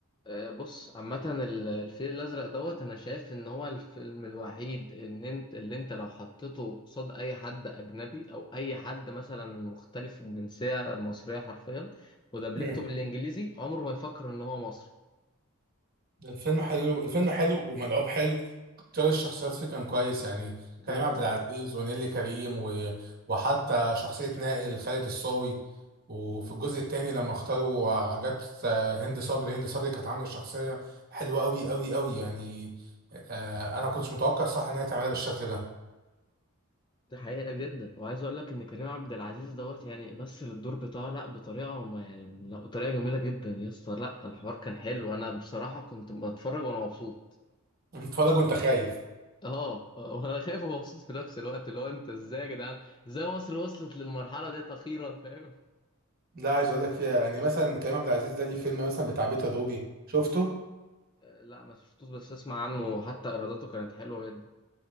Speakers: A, on the left; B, on the right.
A: آه، بص عامة ال- الفيل الأزرق دوت أنا شايف إن هو الفيلم الوحيد إن أنت اللي أنت لو حطيته قصاد أي حد أجنبي أو أي حد مثلا مختلف الجنسية المصرية حرفيا ودبلجته
B: مم.
A: بالإنجليزي عمره ما يفكر إن هو مصري
B: الفيلم حلو الفيلم حلو وملعوب حلو اختيار الشخصيات فيه كان كويس يعني
A: جدا
B: كريم عبد العزيز ونيلي كريم و... وحتى شخصية نائل خالد الصاوي وفي الجزء الثاني لما اختاروا عجبت هند صبري هند صبري كانت عاملة شخصية حلوة قوي قوي قوي يعني آه، انا ما كنتش متوقع صح ان هي تعملها بالشكل ده
A: دي حقيقة جدا وعايز أقول لك إن كريم عبد العزيز دوت يعني مثل الدور بتاعه لأ بطريقة ما يعني لأ بطريقة جميلة جدا يا اسطى لأ الحوار كان حلو أنا بصراحة كنت بتفرج وأنا مبسوط
B: بتتفرج وانت خايف
A: اه وانا خايف ومبسوط في نفس الوقت اللي هو انت ازاي يا جدعان ازاي مصر وصلت للمرحله ديت اخيرا فاهم
B: لا عايز اقول لك فيها يعني مثلا كريم عبد العزيز ده ليه فيلم مثلا بتاع بيت الروبي شفته
A: آه، لا ما شفتوش بس اسمع عنه حتى ايراداته كانت حلوه جدا